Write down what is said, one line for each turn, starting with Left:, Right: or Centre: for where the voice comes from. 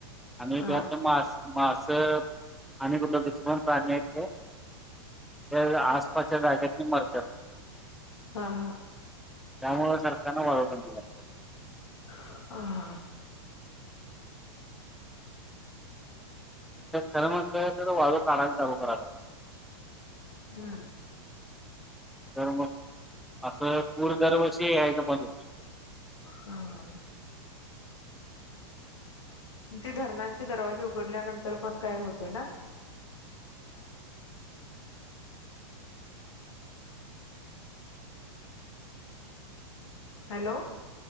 Centre: आणि
Left: हा
Centre: त्यात मास मास आणि <unintelligible> हाय ते. ते आसपासच्या जाग्यानी मरत्यात.
Left: हा हा.
Centre: त्यामुळ सरकारन वाळू बंद घातल्यात.
Left: हा हा हा.
Centre: खरं <unintelligible> वाळू काढाला चालू करायला
Left: हा.
Centre: तर मग, असं पूर दरवर्षी यायचं बंद होतंय.
Left: हा हा. ती धरणांचे दरवाजे उघडल्यानंतर पण काय होतय ना. हॅलो.